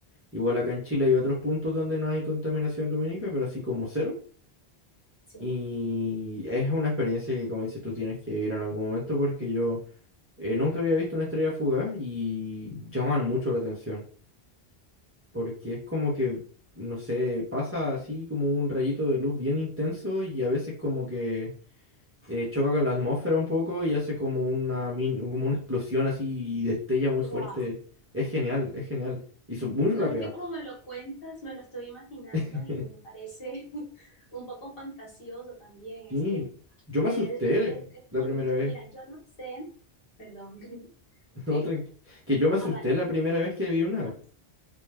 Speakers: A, on the right; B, on the left.
A: igual acá en Chile hay otros puntos donde no hay contaminación lumínica, pero así como cero.
B: Sí,
A: Y es una experiencia que, como dices, tú tienes que ir en algún momento porque yo eh, nunca había visto una estrella fugaz y llaman mucho la atención. Porque es como que, no sé, pasa así como un rayito de luz bien intenso y a veces como que eh, choca con la atmósfera un poco y hace como una, min- como una explosión así y destella muy
B: wow.
A: fuerte. Es genial, es genial. Y son muy
B: No
A: rápidas.
B: es que como me lo cuentas, me lo estoy imaginando
A: <laughs>
B: y me parece <laughs> un poco fantasioso también.
A: Sí,
B: Es que
A: yo me
B: es,
A: asusté
B: es- es- es
A: la
B: bonito.
A: primera vez.
B: Mira,
A: <laughs>
B: yo no sé, perdón, <laughs> ¿sí?
A: No, tranqui- que yo me asusté
B: Ah, vale,
A: la primera vez que vi una.
B: <laughs>